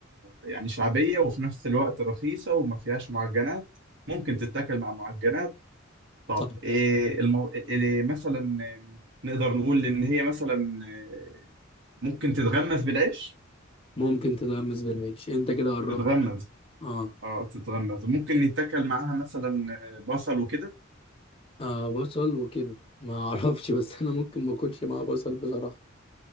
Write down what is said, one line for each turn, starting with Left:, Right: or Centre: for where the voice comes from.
Right: يعني شعبيه وفي نفس الوقت رخيصه وما فيهاش معجنات ممكن تتاكل مع معجنات طب
Left: صح
Right: إيه المو... إيه مثلا آه، نقدر نقول ان هي مثلا آه، ممكن تتغمس بالعيش
Left: ممكن تتغمس بالعيش انت كده قربت
Right: تتغمس
Left: اه
Right: اه تتغمز ممكن يتاكل معاها مثلا آه، بصل وكده
Left: آه بصل وكده ما <laughs> اعرفش بس انا ممكن ما اكلش معاه بصل بصراحة